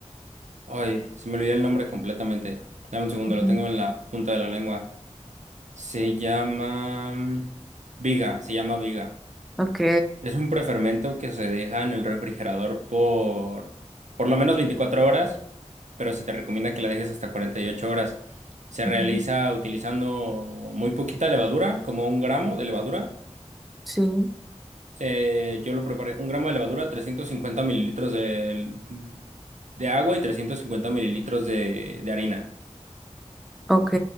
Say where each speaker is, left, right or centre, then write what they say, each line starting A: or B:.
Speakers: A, on the right (about 80°); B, in the centre.
A: Ay, se me olvidó el nombre completamente. Dame un segundo,
B: Ujú,
A: lo tengo en la punta de la lengua. Se llama... Viga, se llama viga.
B: Ok,
A: Es un prefermento que se deja en el refrigerador por por lo menos 24 horas, pero se te recomienda que la dejes hasta 48 horas. Se realiza
B: ujú,
A: utilizando muy poquita levadura, como un gramo de levadura
B: sí,
A: Eh, yo lo preparé, un gramo de levadura, 350 mililitros de, de agua y 350 mililitros de, de harina.
B: ok.